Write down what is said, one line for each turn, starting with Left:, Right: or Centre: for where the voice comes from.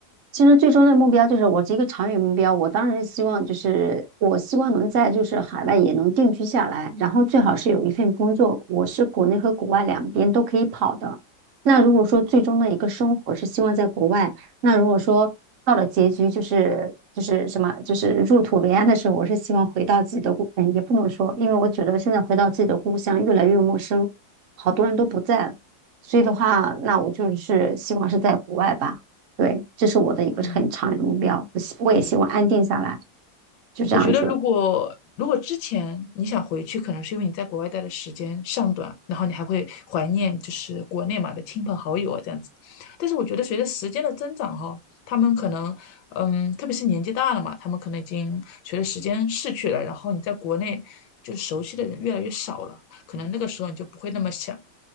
Right: 其实最终的目标就是我是一个长远目标，我当然是希望就是我希望能在就是海外也能定居下来，然后最好是有一份工作，我是国内和国外两边都可以跑的。那如果说最终的一个生活是希望在国外，那如果说到了结局就是就是什么就是入土为安的时候，我是希望回到自己的故，嗯，也不能说，因为我觉得现在回到自己的故乡越来越陌生，好多人都不在了，所以的话，那我就是希望是在国外吧。对，这是我的一个很长远的目标，
Left: 嗯，
Right: 我希我也希望安定下来，
Left: 对，
Right: 就这样子。
Left: 我觉得如果如果之前你想回去，可能是因为你在国外待的时间尚短，然后你还会怀念就是国内嘛的亲朋好友啊这样子。但是我觉得随着时间的增长哈，他们可能嗯，特别是年纪大了嘛，他们可能已经随着时间逝去了，然后你在国内就熟悉的人越来越少了，可能那个时候你就不会那么想。